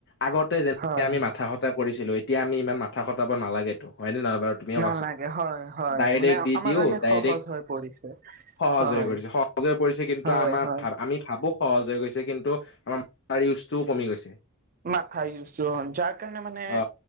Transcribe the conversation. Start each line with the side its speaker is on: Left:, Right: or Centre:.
Left: আগতে যেনেকে
Right: হয়
Left: আমি মাথা খ টা কৰিছিলোঁ। এতিয়া আমি ইমান মাথা কটাব নালাগে। হয়নে নহয় বাৰু তুমিয়ে
Right: নালাগে
Left: কোৱাচোন?
Right: হয় হয়
Left: ডাইৰেক্ট
Right: মানে
Left: দি
Right: আমাৰ
Left: দিওঁ
Right: কাৰণে
Left: ডাইৰেক্ট
Right: সহজ হৈ পৰিছে
Left: সহজ
Right: হয়
Left: হৈ পৰিছে, সহজ হৈ পৰিছে, কিন্তু
Right: হয়
Left: আমাৰ
Right: হয়
Left: ভ আমি ভাবো সহজ হৈ গৈছে। কিন্তু আমাৰ মাঠাৰ ইউজটোও কমি গৈছে।
Right: মাথাৰ ইউজটো, যাৰ কাৰণে মানে
Left: অ